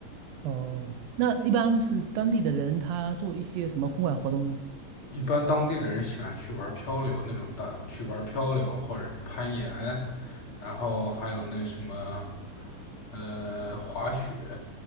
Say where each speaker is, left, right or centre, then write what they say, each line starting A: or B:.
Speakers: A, on the right (about 90°); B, on the left (about 40°).
A: 哦，那一般是当地的人他做一些什么户外活动呢？
B: 一般当地的人喜欢去玩漂流那种大，去玩漂流或者攀岩，然后还有那什么，呃，滑雪。